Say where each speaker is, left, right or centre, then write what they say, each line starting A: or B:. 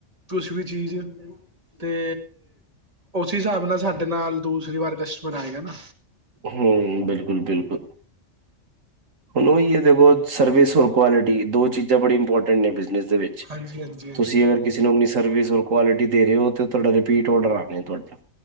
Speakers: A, on the right; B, on the right.
A: ਕੁਜ ਵੀ ਚੀਜ਼ ਤੇ ਉਸ ਹਿਸਾਬ ਨਾਲ ਸਾਡੇ ਨਾਲ ਦੂਸਰੀ ਵਾਰ ਕਸਟਮਰ ਆਏਗਾ ਨਾ
B: ਹੁ ਬਿਲਕੁਲ ਬਿਲਕੁਲ ਹੁਣੋ ੳਹੀ ਹੈ ਦੇਖੋ ਸਰਵਿਸ ਔਰ ਕੁਆਲਿਟੀ ਦੋ ਚੀਜ਼ਾਂ ਬੜੀ ਇੰਪੋਰਟੈਂਟ ਨੇ ਬਿਜ਼ਨਸ ਦੇ ਵਿੱਚ
A: ਹਾਂਜੀ ਹਾਂਜੀ ਹਾਂਜੀ
B: ਤੁਸੀਂ ਅਗਰ ਕਿ ਤੁਸੀ ਆਪ ਸਰਵਿਸ ਔਰ ਕੁਆਲਿਟੀ ਦੇ ਰਹੇ ਹੋ ਤੁਹਾਡਾ ਰਿਪੀਟ ਔਡਰ ਆਨਾ ਤੁਹਾਡਾ